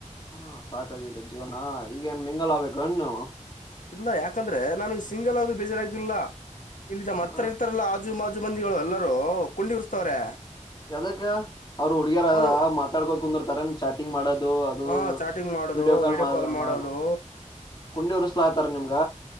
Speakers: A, on the left; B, on the left.
A: ಹಾ ಸಾಕಾಗಿದ್ದ ಜೀವನ ಈಗೇನ್ ಮಿಂಗಾಲ ಆಗ್ಬೇಕ ಏನ್ ನೀವು
B: ಇಲ್ಲ ಯಾಕಂದ್ರೆ ನನಗ್ ಸಿಂಗಲ್ ಆದದು ಬೇಜಾರಾಗ್ದಿಲ್ಲ ಇಲ್ಲಿಮ್ಮ
A: ಹ
B: ಹತ್ರ ಇರ್ತಾರಲ್ಲ ಮಾಜು ಮಂದಿಗಳು ಎಲ್ಲರೂ ಕುಂಡಿ ಉರ್ಸ್ತವ್ರೆ
A: ಯದಕ್ಕ ಅವ್ರರು ಹುಡುಗಿಯರೂ
B: ಅವರು
A: ಅ ಮಾತಾಡ್ಕೋ ಕುಂದ್ರ ತರ ಚಾಟಿಂಗ್ ಮಾಡೋದು ಅದು ಅದು
B: ಹ ಚಾಟಿಂಗ್ ಮಾಡೋದು
A: ವಿಡಿಯೋ ಕಾಲ್
B: ಮಾಡೋದು
A: ಮಾಡ ಕುಂಡಿ ಉರ್ಸ್ಲ ಆತಾರ ನಿಮ್ಗ